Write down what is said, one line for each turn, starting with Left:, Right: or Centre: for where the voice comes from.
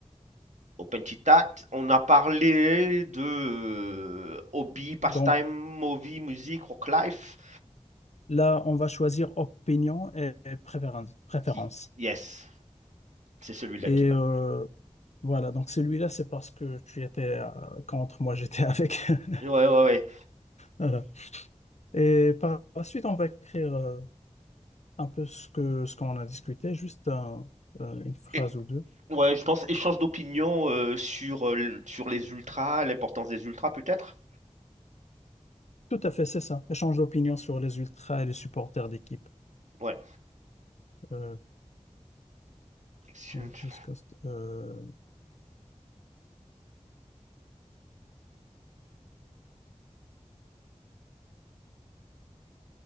Right: Open chit chat, on a parlé de euh, hobby, pastime,
Left: Donc
Right: movie, musique, rock life.
Left: là, on va choisir opinion et préférence. préférence.
Right: Si. Yes, c'est celui-là
Left: Et
Right: qui va.
Left: euh, voilà, donc celui-là, c'est parce que tu étais euh, contre, moi j'étais avec. <laughs>
Right: Ouais, ouais, ouais.
Left: Voilà. Et par la suite, on va écrire euh, un peu ce que ce qu'on a discuté, juste un- euh, une phrase
Right: Et-
Left: ou deux.
Right: ouais, je pense échange d'opinion euh, sur, euh, sur les ultras, l'importance des ultras peut-être.
Left: Tout à fait, c'est ça. Échange d'opinion sur les ultras et les supporters d'équipe.
Right: Ouais.
Left: Euh,
Right: Exchange.
Left: yeah, discussed, euh,